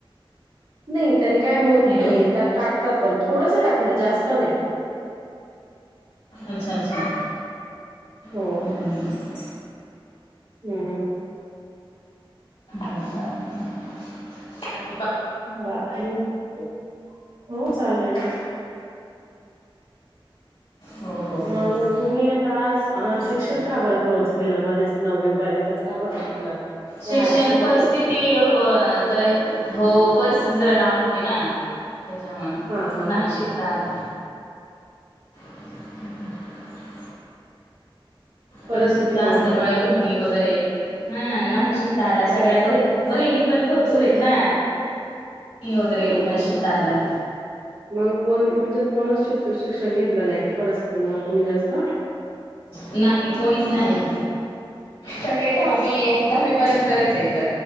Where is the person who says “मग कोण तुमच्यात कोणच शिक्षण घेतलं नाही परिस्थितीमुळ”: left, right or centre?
Right